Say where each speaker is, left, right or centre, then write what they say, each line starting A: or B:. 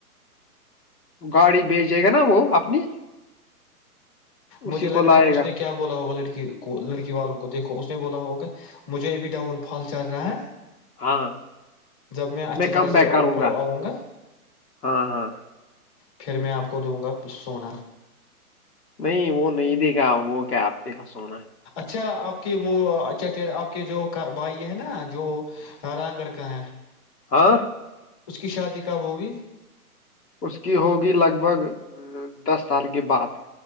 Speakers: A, on the left (about 85°); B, on the left (about 25°).
A: گاڑی بھیج جائے گا نا وہ اپنی اسی
B: مجھے
A: کو
B: لگ
A: لائے
B: رہا ہے اس
A: گا
B: نے کیا بولا ہوگا لڑکی کو لڑکی والوں کو دیکھو اس نے بولا ہوگا مجھے ابھی ڈاؤن فال چل رہا ہے
A: ہاں
B: جب اچھی
A: میں کم
B: طرح
A: ب
B: سے
A: کروں
B: اوپر
A: گا
B: آؤں
A: ہاں ہاں
B: پھر میں آپ کو دوں گا سونا
A: نہیں وہ نہیں دے گا وہ کیا آپ ھیکسونا
B: اچھا آپ کے وہ اچا اچ آپ کے جو بھائی ہے نا جو رانگگر کا ہے
A: ہاں
B: اس کی شادی کا وہو بھیی
A: اس کی ہوگی لگ بھگ دس سال کے بعد